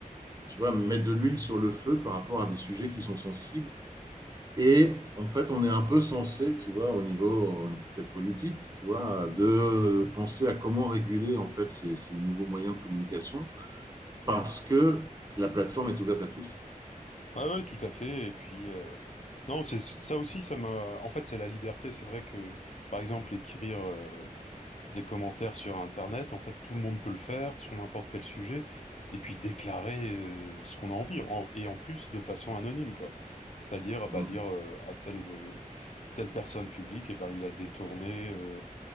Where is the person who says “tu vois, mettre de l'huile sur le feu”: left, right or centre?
Right